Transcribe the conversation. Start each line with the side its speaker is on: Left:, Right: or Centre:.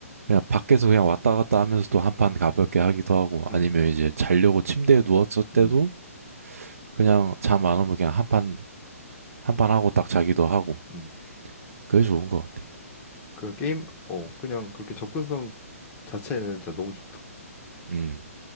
Right: 그냥 밖에서 그냥 왔다 갔다 하면서 또 한판 가볍게 하기도 하고
Left: 음,
Right: 아니면 이제 자려고 침대에 누웠을 때도
Left: 음,
Right: 그냥 잠 안 오면 그냥 한 판, 한 판 하고 딱 자기도 하고.
Left: 음.
Right: 그게 좋은 것 같아.
Left: 그 게임 어 그냥 그렇게 접근성 자체는 진짜 너무 좋다.
Right: 음.